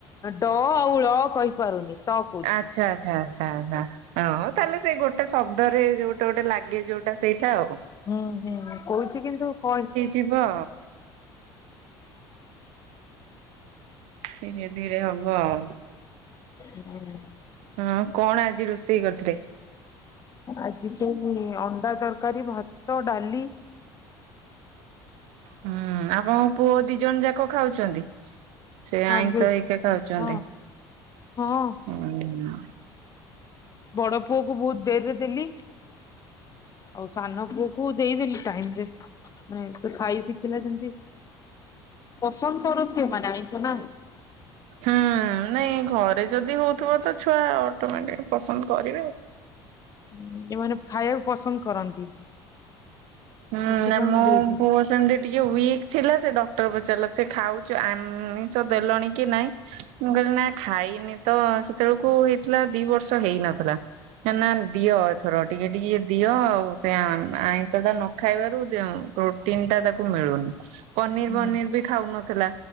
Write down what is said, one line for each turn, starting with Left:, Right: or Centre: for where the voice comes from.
Left: ଡ଼ ଆଉ ଳ କହିପାରୁନି। ତ କହୁଛି।
Right: ଆଛା ଆଛା ଆଚ୍ଛା ଆଛା ହଁ। ତାହେଲେ ସେଇ ଗୋଟେ ଶବ୍ଦରେ ଯୋଉଟା ଗୋଟେ ଲାଗେ ଯୋଉଟା ସେଇଟା ଆଉ
Left: ହୁଁ ହୁଁ କହୁଛି କିନ୍ତୁ କଇ
Right: ଯିବ। ଧୀରେ ଧୀରେ ହବ ଆଉ
Left: ହୁଁ।
Right: ହଁ କଣ ଆଜି ରୋଷେଇ କରିଥିଲେ?
Left: ଆଜି ସେଇ ଅଣ୍ଡା ତରକାରୀ ଭାତ ଡାଲି।
Right: ହୁଁ ଆପଣଙ୍କ ପୁଅ ଦି ଜଣ ଯାକ ଖାଉଛନ୍ତି। ସେ
Left: ନନଭେଜ
Right: ଆଇଁଷ ହେଇକା ଖାଉଛନ୍ତି।
Left: ହଁ ହଁ।
Right: ହୁଁ।
Left: ବଡ ପୁଅକୁ ବହୁତ ଡ଼େରିରେ ଦେଲି। ଆଉ ସାନ ପୁଅକୁ ଦେଇଦେଲି ଟାଇମରେ ସେ ଖାଇ ଶିଖିଲା ଯେମତି। ସଣ କରୁ କି ମାନ ଆଇଁଷ ନା?
Right: ହୁଁ ନାଇଁ ଘରେ ଯଦି ହଉଥିବ ତ ଛୁଆ ଅଟୋମେଟିକ ପସନ୍ଦ କରିବେ ଆଉ
Left: ହଁ ଯୋଉମାନେ ଖାଇବାକୁ ପସନ୍ଦ କରନ୍ତି।
Right: ହୁଁ
Left: ସେଥିପାଇଁ
Right: ମୋ
Left: ଦେଇଛି।
Right: ପୁଅ ସେମତି ଟିକେ ୱିକ ଥିଲା ସେ ଡକ୍ଟର ପଚାରିଲା ସେ ଖାଉଛ ଆମିଷ ଦେଲଣି କି ନାଇଁ? ମୁଁ କହିଲି ନା ଖାଇନି ତ ସେତେବେଳକୁ ହେଇଥିଲା ଦି ବର୍ଷ ହେଇନଥିଲା। ନା ଦିଅ ଏଥର ଟିକେ ଟିକେ ଦିଅ ଆଉ ସେ ଆଇଁଷଟା ନ ଖା ନଖାଇବାରୁ ପ୍ରୋଟିନଟା ତାକୁ ମିଳୁନି ପନିର
Left: ହଁ।
Right: ଫନିର ବି ଖାଉନଥିଲା।